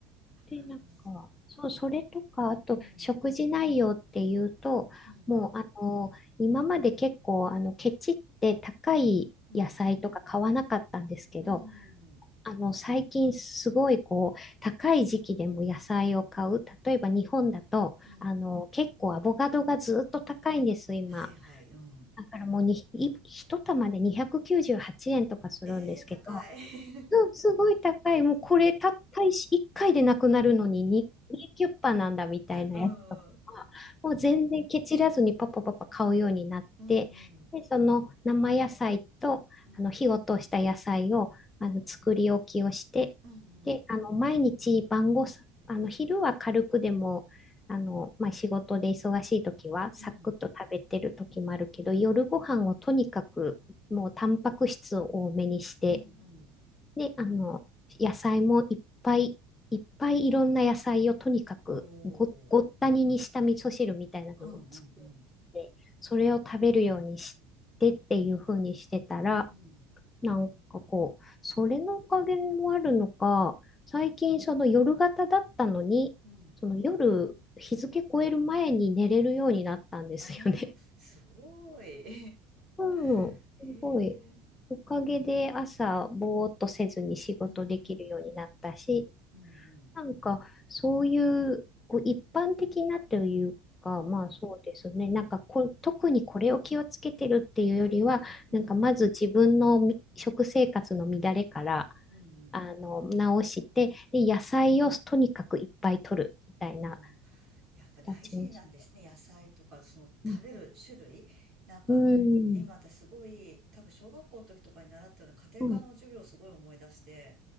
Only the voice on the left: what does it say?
で、
なんか、そう、それとか、あと、
食事内容っていうと、
もう、あの、今まで結構、あの、ケチって高い野菜とか買わなかったんですけど、
あの、最近すごいこう、高い時期でも野菜を買う。例えば日本だと、
あの、結構アボカドがずっと高いんです、今。
だからもうに、い一玉で298円とかするんですけど、
うん、すごい高い。もうこれたった1回でなくなるのに2、2キュッパなんだみたいなやつとか、
もう全然ケチらずにパパパパ買うようになって、
で、その生野菜と、
あの、火を通した野菜を、あの、作り置きをして、
で、あの、毎日晩ごさ、あの、昼は軽くでも、あの、まあ、仕事で忙しい時はサクッと食べてる時もあるけど、
夜ご飯をとにかくもうタンパク質を多めにして、
で、あの、野菜もいっぱいいっぱいいろんな野菜をとにかくご、
ごったににした味噌汁みたいなのを作っ
て、それを食べるようにしてっていう風にしてたら、
なんかこう、それのおかげもあるのか、最近その夜型だったのに、
その夜日付超える前に寝れるようになったんですよね。
うん、
すごい。
おかげで朝、ぼーっとせずに仕事できるようになったし、
なんか、そういう、こう一般的なというか、
まあそうですね。なんかこ、特にこれを気をつけてるっていうよりは、
なんかまず自分のみ食生活の乱れから、
あの、直して、で、野菜をとにかくいっぱい取るみたいな
形にし。
うん。
うん。
うん。